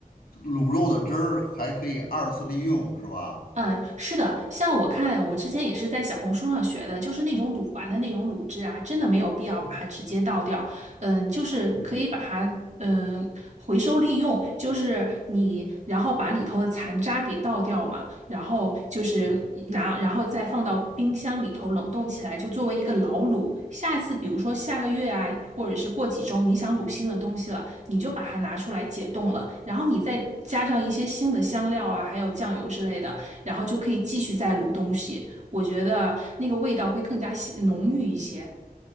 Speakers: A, on the left; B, on the right.
A: 卤肉的汁儿还可以二次利用，是吧？
B: 嗯，是的，像我看，我之前也是在小红书上学的，就是那种卤完的那种卤汁啊，真的没有必要把它直接倒掉，
A: 嗯
B: 嗯，就是可以把它嗯回收利用，
A: 嗯
B: 就是你然后把里头的残渣给倒掉嘛，然后就是拿，
A: 嗯，
B: 然后再放到冰箱里头冷冻起来，就作为一个老卤。下次比如说下个月啊，或者是过几周，你想卤新的东西了，你就把它拿出来解冻了，然后你再加上一些新的香料啊，还有酱油之类的，然后就可以继续再卤东西。我觉得那个味道会更加鲜浓郁一些。